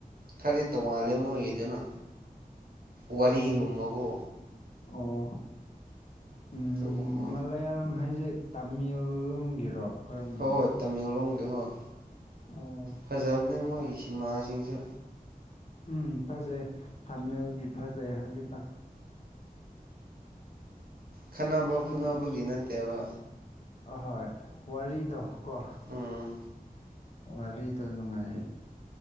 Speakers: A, on the right (about 75°); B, on the left (about 45°).
A: ꯈꯔꯗꯤ ꯇꯣꯡꯉꯥꯜꯂꯦ ꯃꯣꯏꯒꯤꯗꯨꯅ ꯋꯥꯔꯤ
B: ꯑꯣ
A: ꯒꯨꯝꯕꯀꯣ
B: ꯑꯣ ꯎꯝ
A: ꯑꯗꯨꯒꯨꯝꯕ
B: ꯃꯜꯂꯌꯥꯂꯝ ꯍꯥꯏ ꯖꯦ ꯇꯥꯃꯤꯜ ꯂꯣꯝꯒꯤꯔꯣ ꯀꯔꯝꯕꯅꯣ
A: ꯍꯣꯏ ꯍꯣꯏ ꯇꯃꯦꯡꯂꯣꯡꯒꯤ ꯍꯣꯏ
B: ꯑꯣ
A: ꯐꯖꯕꯅꯦ ꯃꯣꯏꯒꯤ
B: ꯍꯣꯏ
A: ꯁꯤꯅꯦꯃꯥꯁꯤꯡꯁꯨ
B: ꯎꯝ ꯐꯖꯩ ꯇꯥꯃꯤꯜꯒꯤ ꯐꯖꯩ ꯍꯧꯖꯤꯛꯀꯥꯟ
A: ꯈꯠꯅꯕ
B: ꯑꯁꯍꯣꯢꯒꯤ
A: ꯐꯨꯅꯕꯒꯤ ꯅꯠꯇꯦꯕ
B: ꯑꯍꯣꯏ ꯋꯥꯔꯤꯗꯣ ꯀꯣ
A: ꯎꯝ
B: ꯋꯥꯔꯤꯗꯣ ꯅꯨꯡꯉꯥꯏ